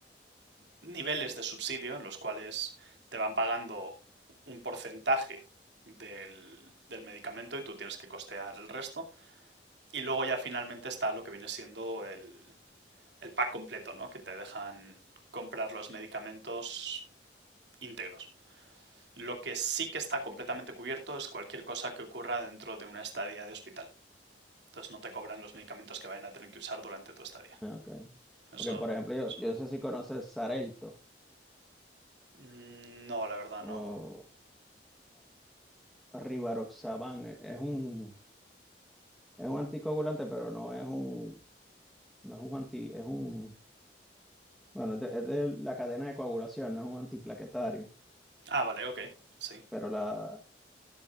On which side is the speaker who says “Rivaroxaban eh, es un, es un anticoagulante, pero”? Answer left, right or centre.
Centre